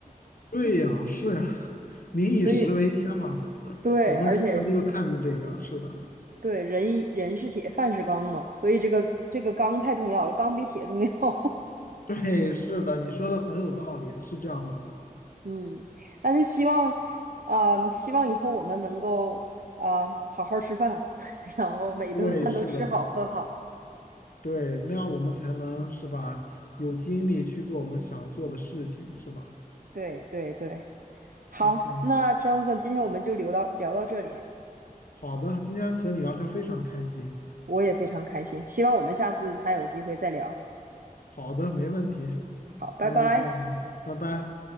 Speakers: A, on the left (about 70°); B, on the right (about 70°).
A: 对呀，是呀，民以食为天嘛。
B: <laughs> 所以对，
A: 我们中国人就看重这个，
B: 而且
A: 是的，
B: 对人一人是铁，饭是钢嘛，所以这个这个钢太重要了，钢比铁重要。<laughs>
A: 对，是的，你说的很有道理，是这样子的，
B: 嗯，那就希望，啊、希望以后我们能够啊、呃好好吃饭，<laughs> 然后每一顿饭都吃好喝好。
A: 对，是的，对，那样我们才能是吧，有精力去做我们想做的事情，是吧
B: 对对对，好，
A: ？OK，
B: 那 Johnson，今天我们就聊到聊到这里。
A: 好的，今天和你聊天非常开心，
B: 我也非常开心，希望我们下次还有机会再聊。
A: 好的，没问题，
B: 好，拜拜。
A: 那就这样吧，拜拜。